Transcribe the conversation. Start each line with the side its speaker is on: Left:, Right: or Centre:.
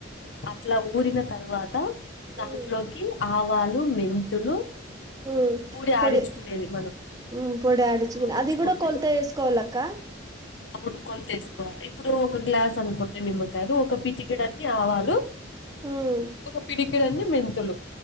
Left: అట్లా ఊరిన తర్వాత దాంట్లోకి
Right: ఉమ్
Left: ఆవాలు మెంతులు
Right: హ్మ్
Left: పూడి
Right: పొడి
Left: ఆడించుకునేది మనం
Right: హ్మ్ పొడి ఆడిచుకుని
Left: ఆడించుకొని
Right: అది కూడా కొలతా వేసుకోవాల అక్క
Left: అవును కొలత వేసుకోవాలి ఇప్పుడు ఒక గ్లాస్ అనుకోండి నిమ్మకాయలు ఒక పిటికీడు అన్ని ఆవాలు
Right: ఉమ్
Left: ఒక పిడికిడన్ని మెంతులు